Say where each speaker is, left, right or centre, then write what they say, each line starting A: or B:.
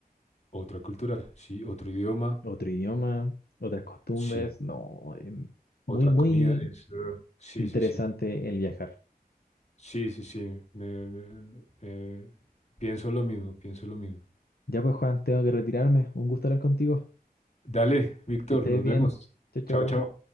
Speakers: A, on the left; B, on the left.
A: Otra cultura, sí, otro idioma,
B: Otro idioma, otras costumbres.
A: sí.
B: No, em,
A: Otra
B: muy, muy
A: comida, es, eh, sí,
B: interesante
A: sí, sí,
B: el viajar.
A: sí, sí, sí, me- me- me- me- pienso lo mismo, pienso lo mismo.
B: Ya pues, Juan, tengo que retirarme. Un gusto hablar contigo.
A: Dale, Víctor,
B: Que estés
A: nos
B: bien.
A: vemos.
B: Chao, chao.
A: Chao, chao.